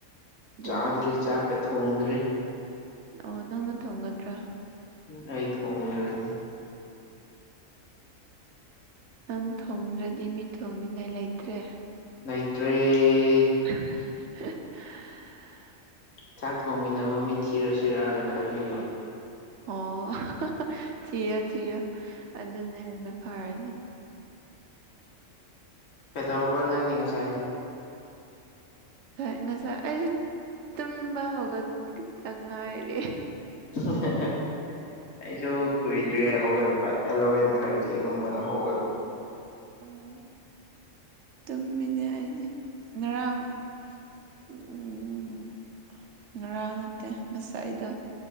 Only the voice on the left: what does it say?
ꯆꯥꯗ꯭ꯔꯤ ꯆꯥꯛꯀ ꯊꯣꯡꯗ꯭ꯔꯤ
ꯎ ꯑꯩ ꯊꯣꯡꯗ꯭ꯔꯗꯤ
ꯅꯇ꯭ꯔꯔꯤ
ꯆꯥꯛ ꯊꯣꯡꯃꯤꯟꯅꯕ ꯃꯤꯠ ꯊꯤꯔꯁꯤꯔꯥꯅ ꯈꯜꯂꯤꯕ
ꯄꯦꯠꯇꯔꯕꯔꯥ ꯅꯪꯗꯤ ꯉꯁꯥꯏꯗꯤ
<unintelligible> ꯑꯩꯁꯨ ꯀꯨꯏꯗ꯭ꯔꯤ ꯌꯥꯏ ꯍꯧꯒꯠꯄ ꯑꯦꯂꯚꯦꯟ ꯊꯥꯔꯇꯤꯒꯨꯝꯕꯗ ꯍꯧꯒꯠ